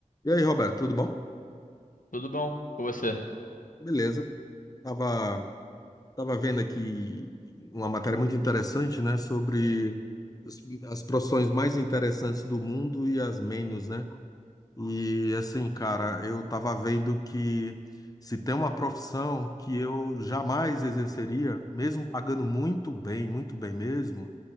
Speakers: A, on the left (about 25°); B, on the left (about 75°).
A: E aí, Roberto, tudo bom?
B: Tudo bom com você?
A: Beleza. Tava, tava vendo aqui uma matéria muito interessante, né, sobre as, as profissões mais interessantes do mundo e as menos, né? E assim, cara, eu tava vendo que se tem uma profissão que eu jamais exerceria, mesmo pagando muito bem, muito bem mesmo,